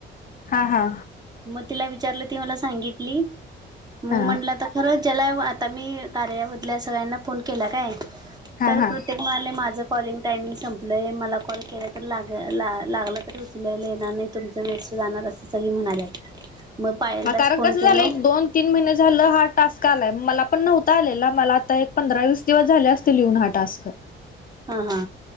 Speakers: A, on the left; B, on the right.
A: हा, हा
B: मग तिला विचारलं ती मला सांगितली मग
A: हा
B: म्हटलं आता खरं जेल्या आता मी कार्यामधल्या सगळ्यांना फोन केला काय
A: हा
B: तर
A: हा.
B: प्रत्येक म्हणाल माझं कॉलिंग टायमिंग संपलय मला कॉल केला तर लाग ला लागल तरी उचलयला येणार नाय तुम वेस्ट जाणार अस सगळी म्हणाल्यात मग पायललाच
A: कारण
B: फोन
A: कस
B: केलो
A: झालं दोन तीन महिने झालं हा टास्क आलाय मला पण नव्हता आलेला मला आता एक पंधरा वीस दिवस झाले अस ते लिहून हा टास्क
B: हा, हा